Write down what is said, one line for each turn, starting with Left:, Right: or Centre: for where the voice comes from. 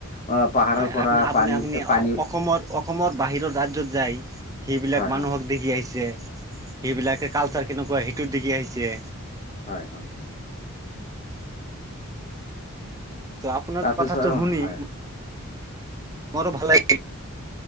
Left: অ পাহাৰৰ
Right: হয়
Left: পৰা
Right: আপ আপুনি
Left: পানী
Right: আপুনি
Left: পানী
Right: অসমৰ অসমৰ বাহিৰৰ ৰাজ্যত যায় সেইবিলাক
Left: হয়
Right: মানুহক
Left: হয়
Right: দেখি আহিছে। সেইবিলাকে কালচাৰ কেনেকুৱা সেইটোত দেখি আহিছে।
Left: হয় হয়।
Right: ত আপোনাৰ
Left: তাৰপিছত
Right: কথাটো শুনি।
Left: হয়
Right: মোৰো ভাল লাগ